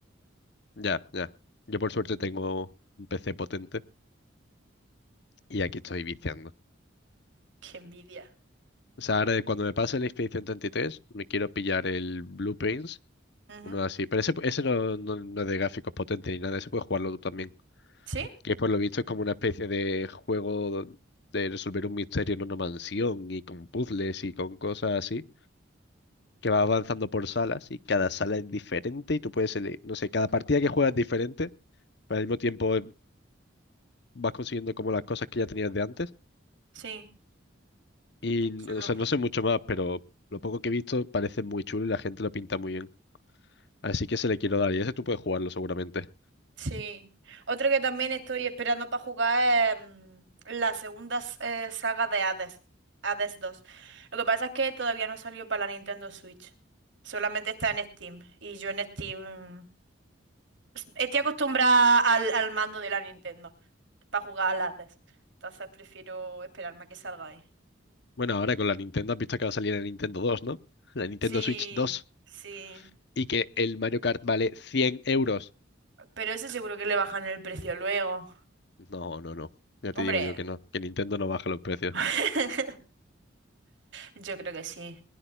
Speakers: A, on the left; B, on the right.
A: Ya, ya. Yo por suerte tengo un PC potente y
B: Mm,
A: aquí estoy viciando.
B: qué envidia.
A: O sea, ahora cuando me pase la Expedición 33, me quiero pillar el Blue Prince,
B: Ujú.
A: uno así. Pero ese, ese no, no, no es de gráficos potentes ni nada, ese puedes jugarlo tú también.
B: ¿Sí?
A: Que por lo visto es como una especie de juego de resolver un misterio en una mansión y con puzzles y con cosas así. Que va avanzando por salas y cada sala es diferente y tú puedes elegir, no sé, cada partida que juegas es diferente, pero al mismo tiempo eh, vas consiguiendo como las cosas que ya tenías de antes.
B: Sí.
A: Y,
B: Qué chulo.
A: o sea, no sé mucho más, pero lo poco que he visto parece muy chulo y la gente lo pinta muy bien. Así que se le quiero dar y ese tú puedes jugarlo seguramente.
B: Sí. Otro que también estoy esperando para jugar es mm, la segunda s- eh, saga de Hades. Hades dos Lo que pasa es que todavía no salió para la Nintendo Switch. Solamente está en Steam. Y yo en Steam mm, estoy acostumbrada al, al mando de la Nintendo. para jugar a las Entonces prefiero esperarme a que salga ahí.
A: Bueno, ahora con la Nintendo has visto que va a salir la Nintendo 2, ¿no? La Nintendo
B: Sí,
A: Switch 2
B: sí.
A: y que el Mario Kart vale 100 euros.
B: Pero ese seguro que le bajan el precio luego.
A: No, no, no. Ya te
B: Hombre,
A: digo yo que no, que Nintendo no baja los precios.
B: <laughs> yo creo que sí.